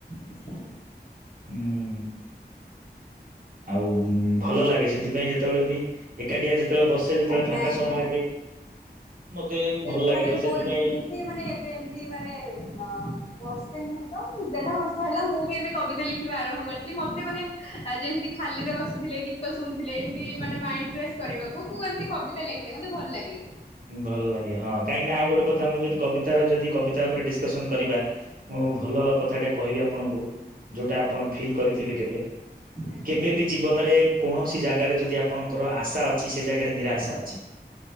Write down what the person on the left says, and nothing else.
ଆଚ୍ଛା,
ଆଜ୍ଞା
ଆଜ୍ଞା
ବି
ମାନେ
ମୋର
ମୁଁ ମାନେ ଏବେ ଏମିତି ମାନେ ମ ବର୍ଷେ ନୁହେଁ ତ ଦେଢ ବର୍ଷ ହେଲା ମୁଁ ବି ଏବେ କବିତା ଲେ ଖିବା ଆରମ୍ଭ କରିଛି ମତେ ମାନେ ଯେମିତି ଖାଲିରେ ବସିଥିଲେ ଗୀତ ଶୁଣୁଥିଲେ ଏମତି ମାନେ ମାଇ ଫ୍ରେସ୍ କରିବାକୁ ମୁଁ ଏମତି କବିତା ଲେଖେ ମତେ ଭଲ ଲାଗେ।
ଆଜ୍ଞା